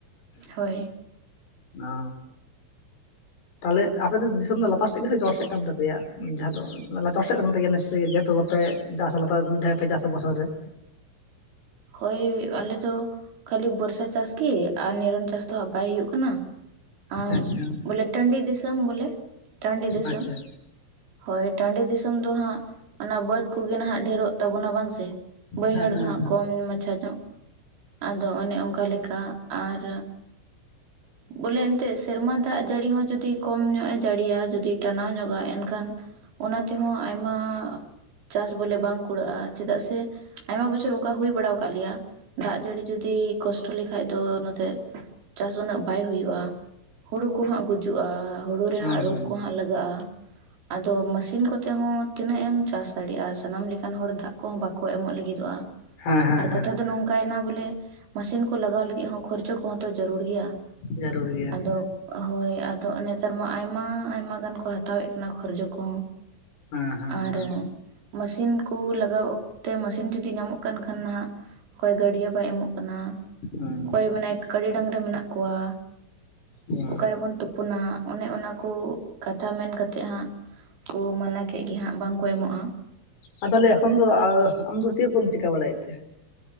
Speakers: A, on the right; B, on the left.
A: ᱦᱳᱭ
B: ᱚ ᱛᱟᱦᱚᱞᱮ ᱟᱯᱮ ᱫᱚ ᱫᱤᱥᱚᱢ ᱫᱚ ᱞᱟᱛᱟᱨ ᱥᱮᱫ ᱜᱮᱞ ᱪᱚᱴ ᱮᱫ ᱠᱟᱱ ᱛᱟᱯᱮᱭᱟ ᱡᱟᱦᱟᱸ ᱫᱚ ᱞᱟᱛᱟᱨ ᱥᱮᱫ ᱠᱟᱱ ᱛᱟᱮᱭᱟ ᱱᱤᱥᱪᱳᱭ ᱡᱮᱦᱮᱛᱩ ᱵᱟᱯᱮ ᱪᱟᱥ ᱞᱟᱛᱟᱨ ᱞᱟᱛᱟᱨ ᱢᱤᱫ ᱫᱷᱟᱣ ᱯᱮ ᱪᱟᱥᱼᱟ ᱵᱚᱚᱥᱚᱨ ᱨᱮ
A: ᱦᱳᱭ ᱟᱞᱮ ᱫᱚ ᱠᱷᱟᱹᱞᱤ ᱵᱚᱨᱥᱟ ᱪᱟᱥᱜᱤ ᱟᱨ ᱱᱤᱨᱚᱱ ᱪᱟᱥ ᱫᱚᱦᱟᱸᱜ ᱵᱟᱭ ᱦᱩᱭᱩᱜ ᱠᱟᱱᱟ ᱟ
B: ᱟᱪᱪᱷᱟ
A: ᱵᱚᱞᱮ ᱴᱺᱰᱤ ᱫᱤᱥᱚᱢ ᱵᱚᱞᱮ ᱴᱟᱺᱰᱤ ᱫᱤᱥᱚᱢ
B: ᱟᱪᱪᱷᱟ
A: ᱦᱳᱭ ᱴᱟᱺᱰᱤ ᱫᱤᱥᱚᱢ ᱫᱚ ᱦᱟᱸᱜ ᱚᱱᱟ ᱵᱟᱹᱫ ᱠᱚᱜᱮ ᱱᱟᱦᱟᱜ ᱰᱷᱮᱨᱚᱜ ᱛᱟᱵᱚᱱᱟ ᱵᱟᱝᱥᱮ ᱵᱟᱹᱭᱦᱟᱹᱲ
B: ᱦᱮᱸ ᱦᱮᱸ
A: ᱫᱚ ᱦᱟᱸᱜ ᱠᱚᱢ ᱢᱟᱪᱷᱟ ᱧᱚᱜ ᱟᱫᱚ ᱚᱱᱮ ᱚᱱᱠᱟ ᱞᱮᱠᱟ ᱟᱨ ᱵᱚᱞᱮ ᱮᱱᱛᱮᱜ ᱥᱮᱨᱢᱟ ᱫᱟᱜ ᱡᱟᱹᱲᱤ ᱦᱚᱸ ᱡᱩᱫᱤ ᱠᱚᱢ ᱧᱚᱜ ᱮ ᱡᱟᱹᱲᱤᱭᱟ ᱡᱩᱫᱤ ᱴᱟᱱᱟᱣ ᱧᱚᱜᱼᱟ ᱮᱱᱠᱷᱟᱱ ᱚᱱᱟ ᱛᱮᱦᱚᱸ ᱟᱭᱢᱟ ᱪᱟᱥ ᱵᱚᱞᱮ ᱵᱟᱝ ᱠᱩᱲᱟᱹᱜᱼᱟ ᱪᱮᱫᱟᱜ ᱥᱮ ᱟᱭᱢᱟ ᱵᱚᱪ ᱚᱱᱠᱟ ᱦᱩᱭ ᱵᱟᱲᱟ ᱠᱟᱜ ᱞᱮᱭᱟ ᱫᱟᱜ ᱡᱟᱹᱲᱤ ᱡᱩᱫᱤ ᱠᱚᱥᱴᱚ ᱞᱮᱠᱷᱟᱡ ᱫᱚ ᱱᱚᱛᱮ ᱪᱟᱥ ᱩᱱᱟᱹᱜ ᱵᱟᱭ ᱦᱩᱭᱩᱜᱼᱟ ᱦᱩᱲᱩ ᱠᱚᱦᱟᱸᱜ ᱜᱩᱡᱩᱜᱼᱟ ᱦᱩᱲᱩ ᱨᱮ
B: ᱦᱩᱸ
A: ᱦᱟᱸᱜ ᱨᱳᱜᱽ
B: ᱦᱩᱸ
A: ᱠᱚᱦᱟᱸᱜ ᱞᱟᱜᱟᱜᱼᱟ
B: <inaudible>
A: ᱟᱫᱚ ᱢᱟᱥᱤᱱ ᱠᱚᱛᱮ ᱦᱚᱸ ᱛᱤᱱᱟᱹᱜ ᱮᱢ ᱪᱟᱥ ᱫᱟᱲᱮᱭᱟᱜᱼᱟ ᱥᱟᱱᱟᱢ ᱞᱮᱠᱟᱱ ᱦᱚᱲ ᱫᱟᱜ ᱠᱚᱦᱚᱸ ᱵᱟᱠᱚ ᱮᱢᱚᱜ ᱞᱟᱹᱜᱤᱫᱚᱜᱼᱟ
B: ᱦᱮᱸ ᱦᱮᱸ
A: ᱟᱨ
B: ᱦᱮᱸ
A: ᱠᱟᱛᱷᱟ ᱫᱚ ᱱᱚᱝᱠᱟᱭᱮᱱᱟ ᱵᱚᱞᱮ ᱢᱮᱥᱤᱱ ᱠᱚ ᱞᱟᱜᱟᱣ ᱞᱟᱹᱜᱤᱫ ᱦᱚᱸ ᱠᱷᱚᱨᱪᱚ ᱠᱚᱦᱚᱸ ᱛᱚ ᱡᱟᱹᱨᱩᱲ ᱜᱮᱭᱟ
B: ᱡᱟᱹᱨᱩᱲ ᱜᱮᱭᱟ
A: ᱟᱫᱚ ᱦᱳᱭ ᱟᱫᱚ ᱱᱮᱛᱟᱨ ᱢᱟ ᱟᱭᱢᱟ ᱟᱭᱢᱟ ᱜᱟᱱ ᱠᱚ ᱦᱟᱛᱟᱣᱮᱫ ᱠᱟᱱᱟ ᱠᱷᱚᱨᱡᱚ ᱠᱚᱦᱚᱸ
B: ᱦᱮᱸ ᱦᱮᱸ
A: ᱟᱨ
B: ᱦᱮᱸ
A: ᱢᱟᱥᱤᱱ ᱠᱚ ᱞᱟᱜᱟᱣ ᱚᱠᱛᱮ ᱢᱟᱥᱤᱱ ᱡᱩᱫᱤ ᱧᱟᱢᱚᱜ ᱠᱟᱱ ᱠᱷᱟᱱ ᱱᱟᱦᱟᱜ ᱚᱠᱚᱭ ᱜᱟᱹᱰᱭᱟᱹ ᱵᱟᱭ ᱮᱢᱚᱜ ᱠᱟᱱᱟ
B: ᱦᱩᱸ
A: ᱚᱠᱚᱭ ᱢᱮᱱᱟᱭ ᱠᱟᱰᱤ ᱰᱟᱝᱨᱤ ᱢᱮᱱᱟᱜ ᱠᱚᱣᱟ
B: ᱦᱩᱸ
A: ᱚᱠᱟᱨᱮᱵᱚᱱ ᱛᱩᱯᱩᱱᱟ ᱚᱱᱮ ᱚᱱᱟ ᱠᱚ ᱠᱟᱛᱷᱟ ᱢᱮᱱ ᱠᱟᱛᱮᱫ ᱦᱟᱸᱜ ᱠᱚ ᱢᱟᱱᱟ ᱠᱮᱜ ᱜᱮ ᱦᱟᱸᱜ ᱵᱟᱝᱠᱚ ᱮᱢᱚᱜᱼᱟ
B: ᱟ ᱛᱟᱦᱚᱞᱮ ᱮᱠᱷᱚᱱ ᱫᱚ ᱟᱢ ᱫᱚ ᱪᱮᱫ ᱠᱚᱢ ᱪᱮᱠᱟᱹ ᱵᱟᱲᱟᱭᱮᱫ ᱛᱮ